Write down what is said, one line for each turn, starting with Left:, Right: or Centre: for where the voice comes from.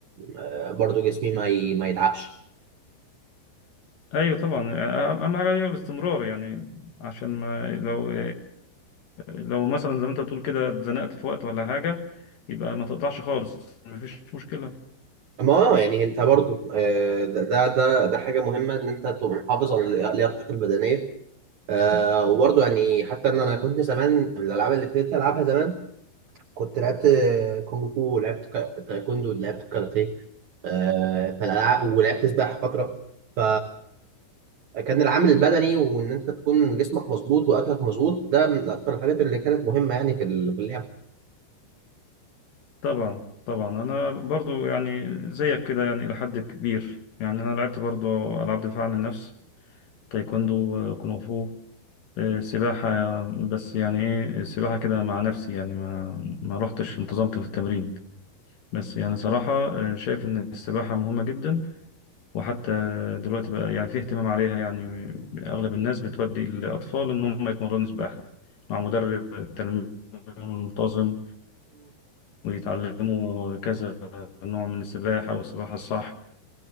Right: آه برضو جسمي ما ي- ما يتعبش
Left: ايوه طبعا أ- اهم حاجه هي الاستمرار يعني عشان ما لو لو مثلا زي ما انت بتقول كده اتزنقت في وقت ولا حاجة يبقى ما تقطعش خالص مفيش مشكلة
Right: ما اه يعني انت برضو آه، ده ده ده ده حاجه مهمه ان انت تبقى محافظ على لياقتك البدنيه آه، وبرضو يعني حتى ان انا كنت زمان من الالعاب اللي ابتديت العبها زمان كنت لعبت آه، كونغ فو ولعبت كا- تايكوندو ولعبت كاراتيه آه، فالالعاب ولعبت سباحه فتره ف كان العامل البدني وان انت تكون جسمك مظبوط واكلك مظبوط ده من اكتر الحاجات اللي كانت مهمه يعني في ال- في اللعب
Left: طبعا طبعا انا برضو يعني زيك كده يعني الى حد كبير يعني انا لعبت برضو العاب دفاع عن النفس تايكوندو آه، كونغ فو آه، سباحة بس يعني ايه السباحة كده مع نفسي يعني ما ما رحتش انتظمت في التمرين بس يعني صراحة آه، شايف ان السباحة مهمة جدا وحتى دلوقتي بقى يعني في اهتمام عليها يعني أغلب الناس بتودي الأطفال إن هم يتمرنوا سباحة مع مدرب تنمية منتظم ويتعلموا كذا نوع من السباحة والسباحة الصح